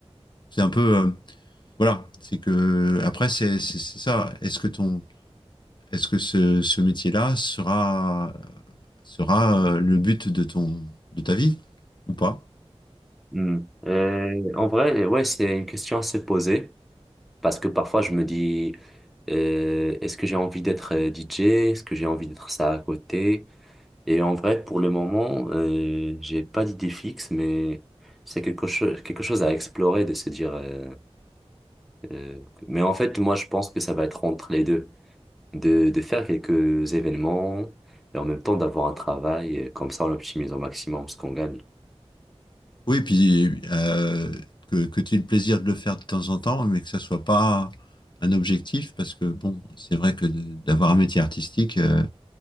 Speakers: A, on the left; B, in the centre.
A: C'est un peu, euh, voilà, c'est que après, c'est c'est- c'est ça. Est-ce que ton, est-ce que ce, ce métier-là sera, sera euh, le but de ton, de ta vie ou pas?
B: Hmm. Euh, en vrai, ouais, c'est une question à se poser, parce que parfois je me dis, euh, est-ce que j'ai envie d'être euh, DJ? Est-ce que j'ai envie d'être ça à côté? Et en vrai, pour le moment, euh, j'ai pas d'idée fixe, mais c'est quelque chose, quelque chose à explorer, de se dire. euh, euh, que- Mais en fait, moi, je pense que ça va être entre les deux, de, de faire quelques événements et en même temps d'avoir un travail. et Comme ça, on optimise au maximum ce qu'on gagne.
A: Oui, puis euh, que, que tu aies le plaisir de le faire de temps en temps, mais que ça soit pas un objectif, parce que bon, c'est vrai que de- d'avoir un métier artistique, euh,